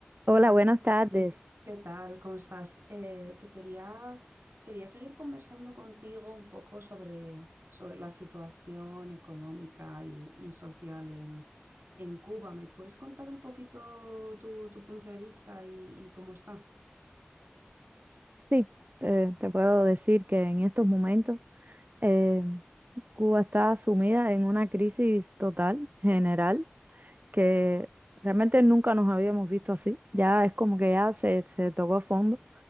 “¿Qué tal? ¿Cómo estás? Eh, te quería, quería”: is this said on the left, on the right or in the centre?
Right